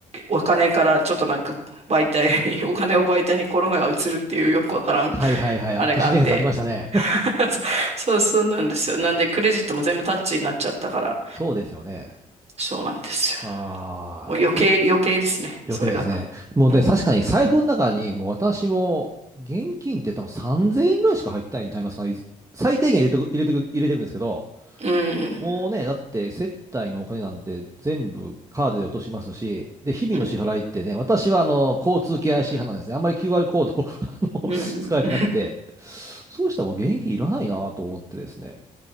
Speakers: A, on the right (about 40°); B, on the right (about 20°).
A: お金から、ちょっとなんか、媒体に、<laughs> お金を媒体にコロナが移るっていうよくわからん、
B: はいはいはい。
A: あれがあって。
B: 都市伝説ありましたね。
A: <laughs> そそう、そうなんですよ。なんで、クレジットも全部タッチになっちゃったから、
B: そうですよね。
A: そうなんですよ。
B: ああ、
A: もう余計、
B: いや、
A: 余計ですね、
B: 余計ですね。
A: それが。
B: もうね、
A: うん。
B: 確かに財布の中に、もう私も、現金って多分3000円ぐらいしか入ってないんちゃいますかね。いず最低限入れてく、入れてく、入れてるんですけど、
A: うん。
B: もうね、だって接待のお金なんて全部カードで落としますし、で、日々の支払いってね、
A: うん。
B: 私はあの、交通系 IC 派なんですね。あんまり QR コードを <laughs> あの、
A: うん
B: 使えてなくて、そうしたらもう現金いらないなと思ってですね。